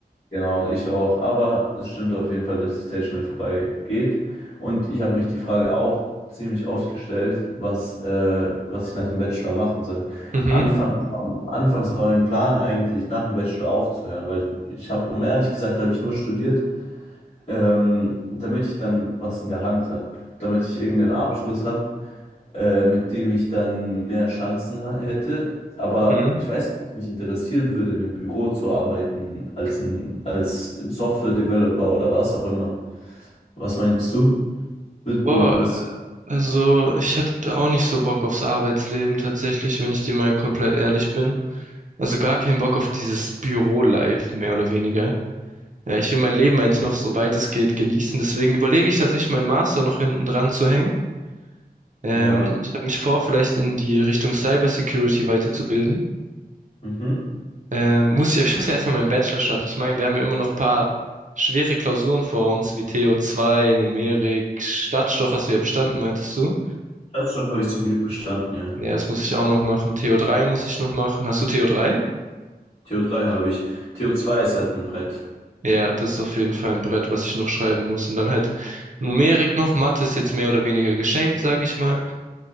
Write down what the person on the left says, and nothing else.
genau, ich auch. Aber es stimmt auf jeden Fall, dass die Zeit schnell vorbei geht. Und ich habe mich die Frage auch ziemlich oft gestellt, was, äh, was ich nach dem Bachelor machen soll.
Anfangs, anfangs war mein Plan eigentlich, nach dem Bachelor aufzuhören, weil ich habe, um ehrlich gesagt, habe ich nur studiert ähm, damit ich dann was in der Hand habe, damit ich irgendeinen Abschluss habe, äh, mit dem ich dann mehr Chancen ha- hätte. Aber
ich weiß, nicht, ob es mich interessieren würde, in einem Büro zu arbeiten, als ein, als Software-Developer oder was auch immer. Was meinst du? Würde dich
interessieren?
Ja.
Mhm.
Staatsstock habe ich zum Glück bestanden, ja.
TO3 habe ich. to zwei ist halt ein Brett.